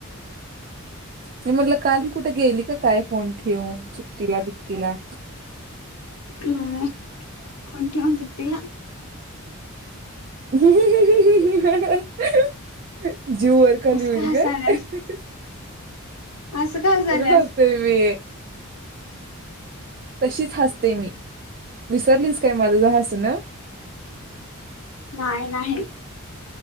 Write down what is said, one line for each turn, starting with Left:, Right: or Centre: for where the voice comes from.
Right: नाय म्हणलं काल ही कुठ गेली की काय फोन ठेवून सुट्टीला बिट्टिला
Left: काय फोन ठेऊन सुट्टीला
Right: हु हु हु हु हु ह ह जीव वर खाली
Left: असं
Right: होईल
Left: का हसाल्यास
Right: ग अ हं
Left: असं का हसाल्यास
Right: तसच हसतोय मी तशीच हसते मी विसरलीस काय माझ हसण
Left: नाही, नाही.